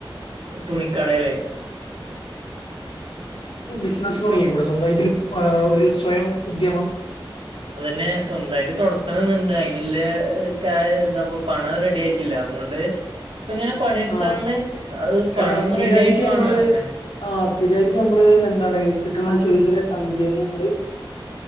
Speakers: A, on the right; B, on the left.
A: തുണിക്കടേല്
B: ബിസ്നസ് തുടങ്ങികൂടെ സ്വന്തായിട്ട് ഒരു സ്വയം ഉദ്യമം
A: അതന്നെ സ്വന്തായിട്ട് തൊട്‌ത്തണന്ന്‌ണ്ട് അയ്നില്ലെ കാ എന്താപ്പ പണം റെഡിയായിട്ടില്ല അതുകൊണ്ട് ഇപ്പ ഇങ്ങനെ പണി ട്ത്താണ്ട്
B: ആഹ്
A: അത് പണംറെഡി
B: എടാ സ്ഥിരായിട്ട്
A: ആയിട്ട് വാണം
B: നമ്മള്
A: എർങ്ങാന്
B: ആഹ് സ്ഥിരായിട്ട് നമ്മള് എന്താണ് കിട്ട്ണേ ചെറിയ ചെറിയ സംഖ്യകള് നമ്മള്